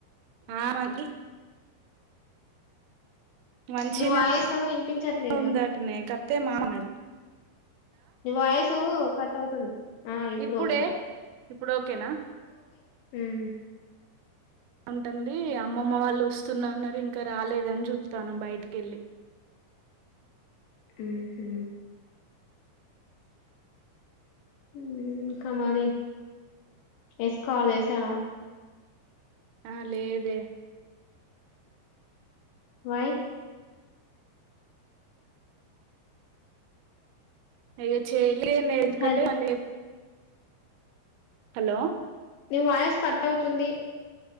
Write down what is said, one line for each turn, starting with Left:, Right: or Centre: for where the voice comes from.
Right: ఆమాకి మంచిగానే
Left: నీ వాయిస్ వినిపించట్లేదురా
Right: ఉంద అటనే తప్పే మానమేది
Left: నీ వాయిస్సు కట్ అవుతుంది ఆ ఇప్పుడు
Right: ఇప్పుడే
Left: ఓకే
Right: ఇప్పుడు ఓకేనా
Left: హమ్
Right: అంటంది అమ్మమ్మ వాళ్ళు వస్తున్న ఆన్నారు ఇంకా రాలేదని చుత్తన్నా బయటికి వెళ్ళి
Left: మ్మ్ హు మ్మ్ కమరి వేసుకోవాలి వేసారా
Right: ఆ లేదే
Left: వై
Right: అయ్యే చేయలేమే ఎందుకంటే
Left: హల్
Right: మళ్ళీ హలో
Left: నీ వాయస్సు కట్ అవుతుంది